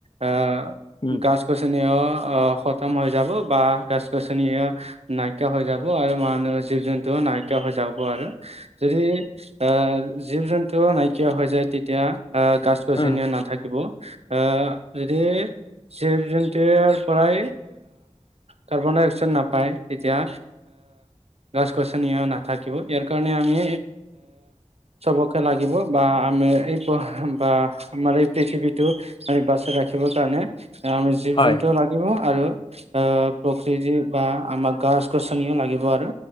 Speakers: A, on the right; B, on the left.
A: আহ
B: উম
A: গছ গছনিও আহ খতম হৈ যাব বা গছ গছনিও নাইকিয়া হৈ যাব আৰু মানুহৰ জীৱ জন্তুও নাইকিয়া হৈ যাব আৰু যদি আহ জীৱ জন্তু নাইকিয়া হৈ যায় তেতিয়া আহ গছ গছীয়
B: উম
A: নাথাকিব আহ যদি চে জোনন্তু পৰাই কাৰ্বন ডাই অক্সাইড নাপায় তেতিয়া গছ গছনি নাথাকিব ইয়াৰ কাৰণে আমি চবকে লাগিব বা আমি এই বা আমাৰ এই পৃথিৱীতটোম বাচাই ৰাখিবৰ কাৰণে আমি জীৱ
B: হয়
A: জন্তু লাগিব আৰু আহ প্ৰকৃতি বা আমাক গছ গছনিও লাগিব আৰু